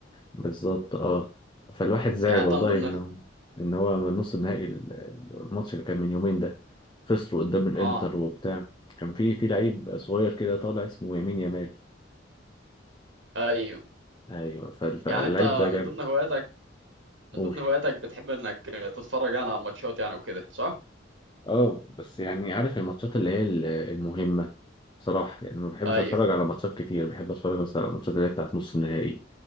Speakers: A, on the left; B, on the right.
A: بالظبط اه فالواحد زعل
B: يعني انت
A: والله
B: من ضمن
A: انه ان هو من نص النهائي ال- ال- الماتش اللي كان من يومين ده خسروا قدام الانتر
B: اه
A: وبتاع كان في في لعيب صغير كده طالع اسمه يمين يامال
B: ايوه
A: ايوه فال- فاللعيب
B: يعني انت
A: ده جامد
B: من ضمن هواياتك من
A: قول
B: ضمن هواياتك بتحب انك تتفرج يعني على الماتشات يعني وكده صح
A: اه بس يعني عارف الماتشات اللي هي ال- المهمة بصراحة يعني ما بحبش
B: ايوه
A: اتفرج على ماتشات كتير بحب اتفرج بس على الماتشات اللي هي بتاعت نص النهائي